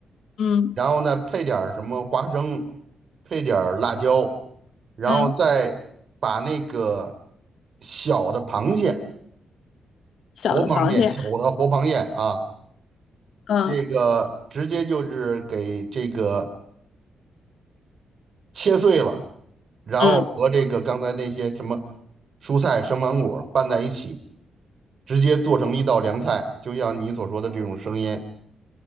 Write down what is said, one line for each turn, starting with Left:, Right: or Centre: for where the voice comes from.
Left: 嗯
Right: 然后呢配点儿什么花生，配点儿辣椒，然后再把那个
Left: 嗯，
Right: 小的螃蟹，
Left: 小的螃蟹，
Right: 活螃蟹，小的活螃蟹啊，
Left: 嗯
Right: 这个直接就是给这个。切碎了，然后和这个刚才那些什么
Left: 嗯。
Right: 蔬菜、生芒果拌在一起，直接做成一道凉菜，就像你所说的这种生腌。